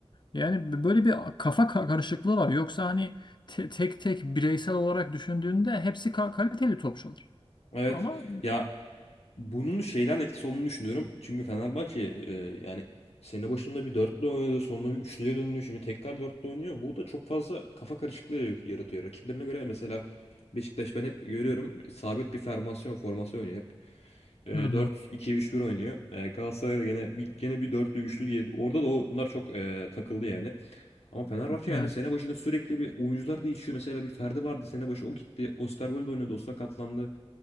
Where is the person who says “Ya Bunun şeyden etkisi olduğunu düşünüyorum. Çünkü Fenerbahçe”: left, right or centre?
Left